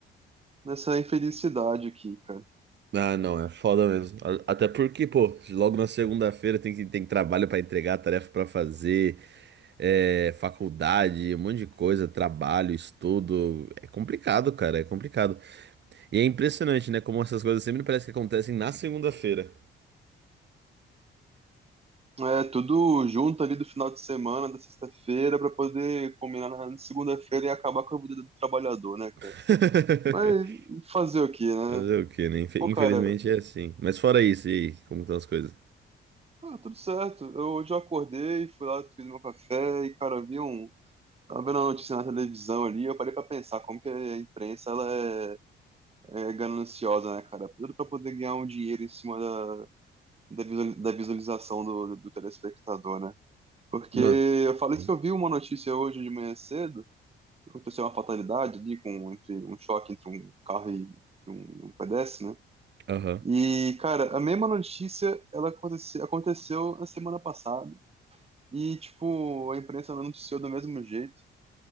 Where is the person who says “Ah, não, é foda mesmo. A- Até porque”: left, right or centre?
Right